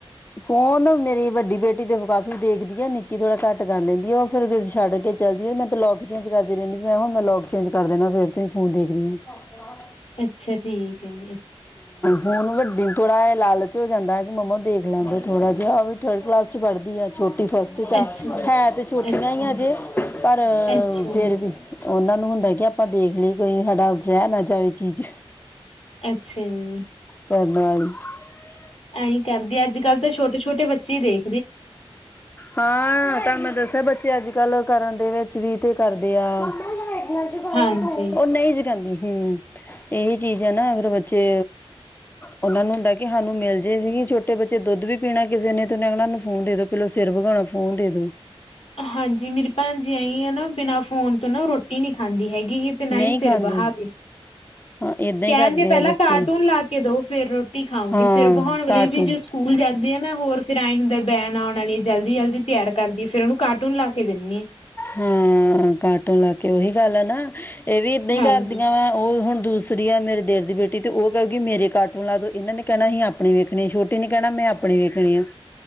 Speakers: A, on the left; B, on the left.
A: ਫੋਨ ਮੇਰੀ ਵੱਡੀ ਬੇਟੀ ਤੇ ਕਾਫੀ ਦੇਖਦੀ ਆ ਨਿੱੱਕੀ ਥੋੜਾ ਘੱਟ ਕਰ ਲੈਂਦੀ ਆ ਉਹ ਫਿਰ ਛੱਡ ਕੇ ਚਲ ਜੀ ਆ ਮੈਂ ਤੇ ਲੋਕ ਚੇਂਜ ਕਰਦੀ ਰਹਿੰਦੀ ਮੈਂ ਹੁਣ ਮੈਂ ਲੋਕ ਚੇਂਜ ਕਰ ਦੇਨਾ ਫਿਰ ਤੁਸੀਂ ਫੋਨ ਦੇਖਦੀ ਆ
B: ਅੱਛਾ ਠੀਕ ਹੈ ਜੀ
A: ਫੋਨ ਵੱਡੀ ਥੋੜਾ ਇਹ ਲਾਲਚ ਹੋ ਜਾਂਦਾ ਹੈ ਕਿ ਮੰਮਾ ਦੇਖ ਲੈਂਦਾ ਥੋੜਾ ਜਿਹਾ ਵੀ ਥਰਡ ਕਲਾਸ ਚ ਪੜ੍ਹਦੀ ਆ ਛੋਟੀ ਛੋਟੀ ਫਸਟ ਚਾ
B: ਅੱਛਾ,
A: ਆ ਤੇ ਛੋਟੀਆਂ
B: ਅੱਛਾ,
A: ਹੀ ਹਜੇ ਪਰ
B: ਅੱਛਾ
A: ਫਿਰ
B: ਜੀ।
A: ਵੀ ਉਹਨਾਂ ਨੂੰ ਹੁੰਦਾ ਕਿ ਆਪਾਂ ਦੇਖ ਲਈਏ ਕੋਈ ਸਾਡਾ ਰਹਿ ਨਾ ਜਾਵੇ ਚੀਜ਼
B: ਅੱਛਾ ਜੀ
A: <unintelligible>
B: ਐਂਈ ਕਰਦੀ ਅੱਜ ਕੱਲ੍ਹ ਤਾਂ ਛੋਟੇ ਛੇ ਛੋਟੇ ਬੱਚੇ ਦੇ
A: ਹਾਂ ਦੱਸੇ ਬੱਚੇ ਅੱਜ ਕੱਲ ਕਰਨ ਦੇ ਵਿੱਚ ਵੀ ਤੇ ਕਰਦੇ ਆ ਉਹ
B: ਹਾਂਜੀ
A: ਨਹੀਂ ਜਗਾਣੀ ਹੂੰ ਇਹੀ ਚੀਜ਼ ਐ ਨਾ ਅਗਰ ਬੱਚੇ ਉਹਨਾਂ ਨੂੰ ਹੁੰਦਾ ਕਿ ਸਾਨੂੰ ਮਿਲ ਜ਼ੇ ਸੀਗੀ ਛੋਟੇ ਬੱਚੇ ਦੁੱਧ ਵੀ ਪੀਣਾ ਕਿਸੇ ਨੇ ਤੇ ਓਹਨੇ ਕਹਿਣਾ ਫੋਨ ਦੇ ਦੋ ਪਹਿਲਾਂ ਸਿਰ ਵਗਾਾਉਣਾ ਫੋਨ ਦੇ ਦੋ
B: ਹਾਂਜੀ ਮੇਰੀ ਭਾਣਜੀ ਆਈ ਆ ਨਾ ਬਿਨਾਂ ਫ਼ੋਨ ਤੋਂ ਨਾ ਰੋਟੀ ਨਹੀਂ ਖਾਂਦੀ ਹੈਗੀ ਹੀ ਤੇ ਨਾ
A: ਨਹੀਂ
B: ਹੀ ਸਿਰ
A: ਖਾਂਦੇ
B: ਬਹਾਵੈ
A: ਹਾਂ ਏਦਾਂ
B: ਕਹਿਣ
A: ਹੀ ਕਰਦੇ
B: ਗੇ ਪਹਿਲਾਂ
A: ਆ ਬੱਚੇ
B: ਕਾਰਟੂਨ ਲਾ ਕੇ ਦੋ ਫਿਰ ਰੋਟੀ ਖਾਊਂਗੀ
A: ਹਾਂ
B: ਸਿਰ ਬਹਾਉਣ ਵਾਲੇ
A: ਕਾਰਟੂਨ
B: ਵੀ ਜੇ ਸਕੂਲ ਜਾਂਦੇ ਆ ਨਾ ਹੋਰ ਫੇਰ ਐ ਹੁੰਦਾ ਬੈਨ ਆਉਣ ਵਾਲੀਏ ਜਲਦੀ ਜਲਦੀ ਤਿਆਰ ਕਰਦੀ ਹੈ ਫੇਰ ਉਹਨੂੰ ਕਾਰਟੂਨ ਲਾ ਕੇ ਦੀਨੀ ਆ
A: ਹਾਂ ਕਾਰਟੂਨ ਲਾ ਕੇ ਉਹੀ ਗੱਲ ਆ ਨਾ ਇਹ ਵੀ ਇੱਦਾਂ ਹੀ
B: ਹਾਂਜੀ
A: ਘਰ ਦੀਆਂ ਵਾ ਉਹ ਹੁਣ ਦੂਸਰੀ ਆ ਮੇਰੇ ਦਿਊਰ ਦੀ ਬੇਟੀ ਤੇ ਉਹ ਕਹੂਗੀ ਮੇਰੇ ਕਾਰਟੂਨ ਲਾਦੋ ਇਹਨਾਂ ਨੇ ਕਹਿਣਾ ਅਸੀਂ ਆਪਣੀ ਵੇਖਣੀ ਛੋਟੀ ਨੇ ਕਹਿਣਾ ਮੈਂ ਆਪਣੀ ਵੇਖਣੀ ਆ